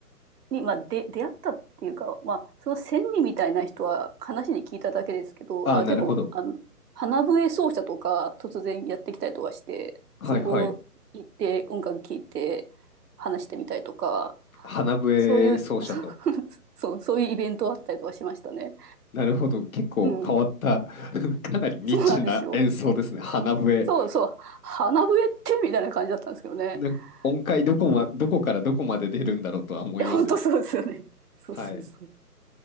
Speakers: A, on the right; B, on the left.
A: に、まあ、で、出会ったっていうか、まあ、その千里みたいな人は話に聞いただけですけど、
B: ああ、
A: あ、
B: なるほど。
A: でも、あの、花笛奏者とか突然やってきたりとかして、
B: はいはい。
A: そこ行って音楽聴いて話してみたりとか、
B: 花笛奏者と。
A: そういう、そ <laughs> う、そうそういうイベントあったりとかしましたね。
B: なるほど。結構変わった、
A: うん。
B: <laughs> かなりニッチな演奏ですね。
A: そうなんですよ。
B: 花笛。
A: そうそう。花笛ってみたいな感じだったんですけどね。
B: なんか音階どこま、
A: うんい
B: どこからどこまで出るんだろうとは思いますよね。
A: や、本当そうですよね。<laughs> そうそうそう。
B: はい。